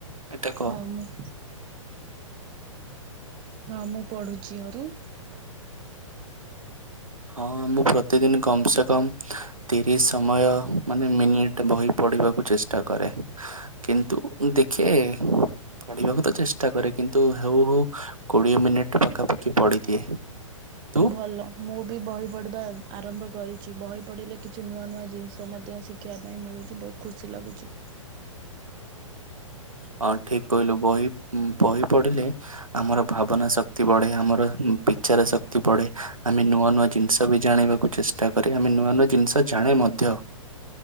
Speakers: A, on the right; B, on the right.
A: ଏଇଟା କହ
B: ହଁ ମୁଁ ହଁ ମୁଁ ପଢ଼ୁଛି ଅରୁ
A: ହଁ ମୁଁ ପ୍ରତିଦିନ କମସେ କମ ତିରିଶ ସମୟ ମାନେ ମିନିଟ ବହି ପଢିବାକୁ ଚେଷ୍ଟା କରେ। କିନ୍ତୁ ଦେଖେ ପଢିବାକୁ ତ ଚେଷ୍ଟା କରେ କିନ୍ତୁ ହଉ ହେଉ କୋଡିଏ ମିନିଟ ପାଖାପାଖି ପଢିଦିଏ। ତୁ
B: ଭଲ। ମୁଁ ବି ବହି ପଢ଼ିବା ଆରମ୍ଭ କରିଛି ବହି ପଢ଼ିଲେ କିଛି ନୂଆ ନୂଆ ଜିନିଷ ମଧ୍ୟ ଶିଖ ଖିବା ପାଇଁ ମିଳୁଛି ବହୁତ ଖୁସି ଲାଗୁଛି।
A: ହଁ ଠିକ କହିଲୁ ବହି ବହି ପଢିଲେ ଆମର ଭାବନା ଶକ୍ତି ବଢେ ଆମର ଉଁ ବିଚାର ଶକ୍ତି ବଢେ ଆମେ ନୂଆ ନୂଆ ଜିନିଷ ବି ଜାଣିବା। କୁ ଚେଷ୍ଟା କରେ ଆମେ ନୂଆ ନୂଆ ଜିନିଷ ଜାଣେ ମଧ୍ୟ